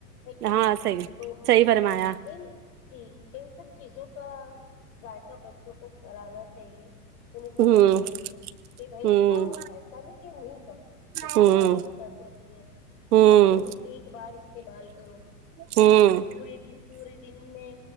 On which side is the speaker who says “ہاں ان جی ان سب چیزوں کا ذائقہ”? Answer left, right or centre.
Left